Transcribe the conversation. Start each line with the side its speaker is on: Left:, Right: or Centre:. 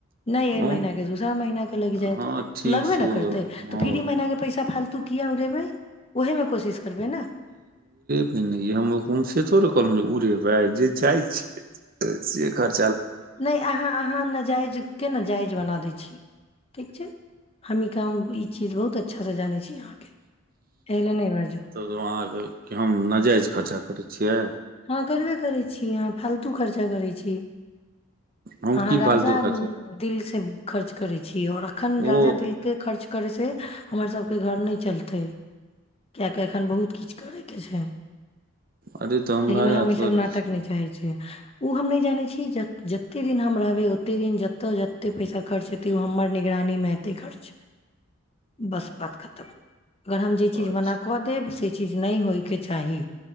Left: नहि एहि
Right: हँ
Left: मीना के दूसरा महीना के लागि जायत
Right: हँ
Left: तऽ
Right: ठीक
Left: लगबे
Right: छौ
Left: ने करतै
Right: हँ
Left: तऽ फिर ई महीना के पैसा फालतू कििया उ रहेबै ओहेमे कोशिश करबै ने
Right: हमे ोड़े कहल उड़े रह जे जाइ छै से खतिर
Left: नहि अहाँ अहाँ न जायज के न जाय बना द छी ठीक छै हम क ई चीज बहुत अच्छा से जानै छी अहाँके एहि लए नहि बाजू
Right: अहाँके हम नाजायज खर्चा करै छी छीए
Left: हँ करबे करै छी अहाँ फालतू खर्चा करैत छी
Right: हम
Left: अहाँ
Right: की
Left: राजा
Right: फालतू खर्चा
Left: दिल से खर्च करै छीिय आओर अखन
Right: ओ
Left: राजा दिल के खर्च करै से हमर सभके घर नहि चलतै किएकि एखन बहुत किछु करयके छै
Right: अरे तऽ
Left: एहि
Right: राजा
Left: ले हम ई
Right: थोड़े
Left: सब नाटक
Right: छी
Left: नहि चाहे छियै ओ हम नहि जानै छी जतेक दिन हम रहबै ओतेक दिन जतय जतेक पैसा खर्च हेतै ओ हमर निगरानीमे हेतै खर्च बस बात खतम अगर हम जे चीज
Right: अच्छा
Left: मना कऽ देब से चीज नहि होइके चाही